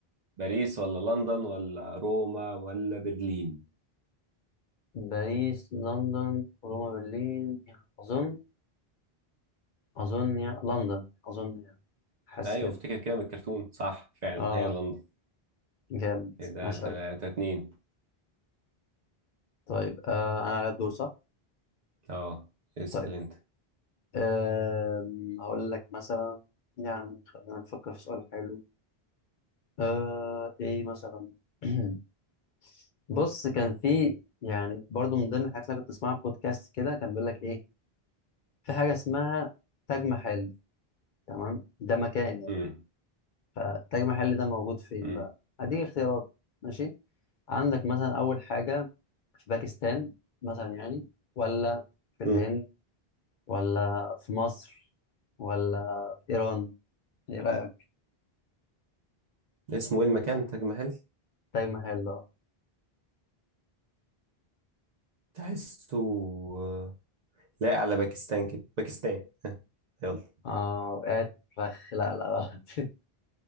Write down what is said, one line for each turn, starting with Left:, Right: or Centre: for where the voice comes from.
Right: باريس ولا لندن ولا روما ولا برلين؟
Left: باريس لندن روما برلين يعني اظن اظن يعني لندن اظن يعني حاسس
Right: أيوة
Left: كده
Right: افتكر كده من الكرتون صح فعلا
Left: اه
Right: هي لندن
Left: جامد
Right: كده
Left: ماشي
Right: تلاتة
Left: قوي
Right: اتنين
Left: طيب آه انا على الدور صح
Right: اه اسأل
Left: طيب
Right: أنت
Left: آه هقول لك مثلا يعني خلينا نفكر في سؤال حلو آه ايه مثلا <clears throat> بص كان في يعني برضو من ضمن الحاجات اللي أنا كنت اسمعها في بودكاست كده كان بيقول لك ايه في حاجه اسمها تاج محل تمام ده مكان يعني
Right: مم.
Left: فتاج محل ده موجود فين
Right: مم.
Left: بقى هديك اختيارات ماشي عندك مثلا اول حاجه في باكستان مثلا يعني ولا في الهند
Right: مم.
Left: ولا في مصر ولا في ايران ايه رايك
Right: اسمه ايه المكان تاج محل؟
Left: تاج محل اه
Right: تحسه آه، لايق على باكستان كده باكستان <laughs> يلا
Left: آه، وقعت فخ لا لا غلط <laughs>